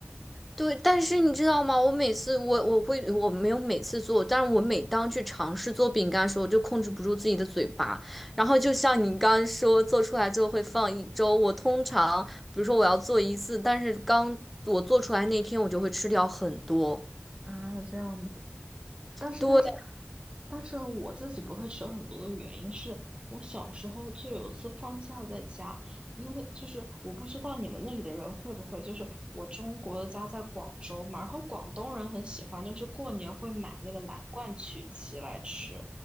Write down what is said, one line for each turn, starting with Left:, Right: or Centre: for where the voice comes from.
Centre: 对。但是你知道吗？我每次我我会我没有每次做，但是我每当去尝试做饼干的时候，我就控制不住自己的嘴巴。然后就像你刚刚说，做出来之后会放一周。我通常比如说我要做一次，但是刚我做出来那天我就会吃掉很多。
Right: 啊这样子。但是但是
Centre: 对，
Right: 但是我自己不会吃很多的原因是我小时候就有一次放假在家，因为就是我不知道你们那里的人会不会，就是我中国的家在广州嘛，然后广东人很喜欢就是过年会买那个蓝罐曲奇来吃。